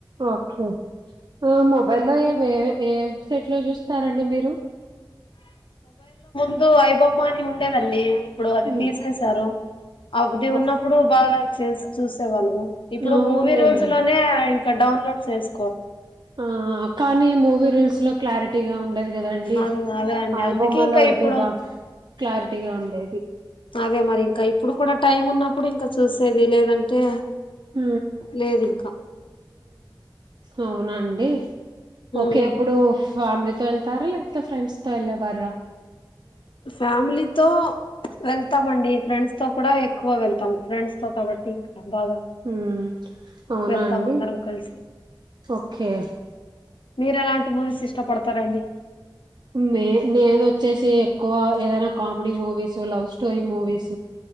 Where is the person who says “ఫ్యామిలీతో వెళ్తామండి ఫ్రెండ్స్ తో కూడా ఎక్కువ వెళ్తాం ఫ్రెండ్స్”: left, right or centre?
Left